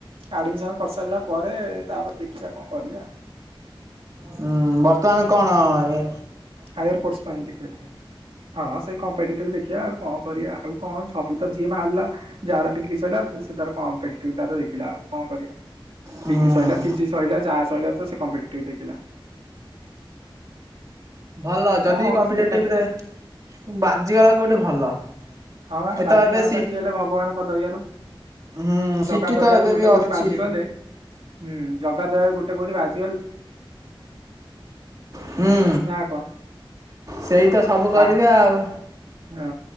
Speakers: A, on the right; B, on the right.
A: ଆଡମିସନ କରିସାରିଲା ପରେ ତାପରେ ଦେଖିବା କଣ କରିବା।
B: ହୁଁ ବର୍ତ୍ତମାନ କଣ ଏ
A: ହାଏରେ ପୋଷ୍ଟ ପାଇଁ ହଁ ସେଇ ଙ୍କମ୍ପେଟର ଦେଖିବା ଆଉ କଣ କରିବା ଆଉ କଣ ସବୁ ତ ଯିଏ ବାହାରିଲା ଯାର ଡିଗ୍ରୀ ସିରିଲା ସେ ତାର କମ ଦେଖିଲା ଆଉ କଣ କରିବା?
B: ହୁଁ
A: ଡିଗ୍ରୀ ସରିଲା, ପିଜି ସହିଲା, ଯାହା ସହିଲା ତ ସେ କମ୍ପିଟେଟିଭ ଦେଖିଲା।
B: ଭଲ ଯଦି
A: କଣ ହଉଛି
B: କମ୍ପିଟେଟିଭ
A: ଦେଖାଯାଉ।
B: ରେ ବାଜିଗଲା କୋଉଠି ଭଲ।
A: ହଁ
B: ଏ
A: ବାଜି
B: ତ ଏବେ
A: ଯାଆନ୍ତା
B: ସି
A: କି ହେଲେ ଭଗବାନଙ୍କ ଦୟଆରୁ
B: ହୁଁ ସିଟି
A: ଜଗା ଦୟାରୁ
B: ତ ଏବେ
A: ଗୋଟେ
B: ବି
A: କୋଉଠି
B: ଅଛି।
A: ବାଜି ଗଲେ ହୁଁ ଜଗା ଦୟାରୁ ଗୋଟେ କୋଉଠି ବାଜି
B: ହୁଁ
A: ନା କଣ
B: ସେଇ ତ ସବୁ
A: ତା
B: କରିବେ ଆଉ।
A: ହଁ